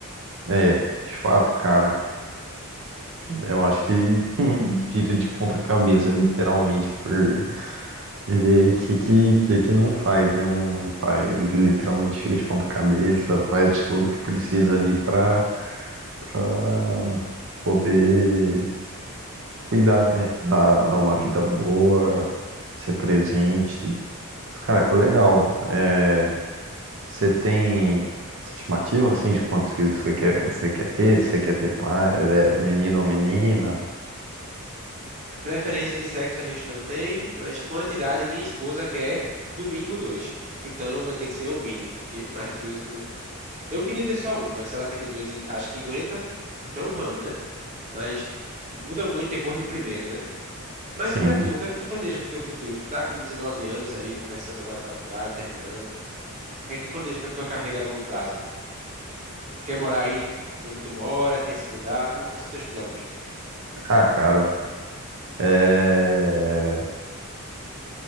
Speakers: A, on the right; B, on the right.
A: É, de fato, cara. Eu acho que <laughs> vira de ponta cabeça, literalmente, por... porque que, que, que que não faz, né? Um pai literalmente fica de ponta cabeça, faz de tudo que precisa ali pra pra poder cuidar, né? Dar, dar uma vida boa, ser presente. Cara, que legal. É, você tem estimativa, assim, de quantos filhos você quer, você quer ter? Você quer ter pai, é, menino ou menina?
B: Preferência de sexo a gente não tem, mas quantidade minha esposa quer no mínimo dois. Então vai ter que ser o mínimo, porque mais que dois eu não. Eu queria ter só um, mas se ela quer ter dois e acha que aguenta, então vamos, né? Mas muda muito depois do primeiro, né? Mas
A: Sim.
B: e pra tu, o que é que tu planeja pro teu futuro? Tu tá com 19 anos aí, começando agora a faculdade, terminando. O que é que tu planeja pra tua carreira a longo prazo? Quer morar aí onde tu mora? Quer se mudar? Como, quais são teus planos?
A: Ah, cara. É,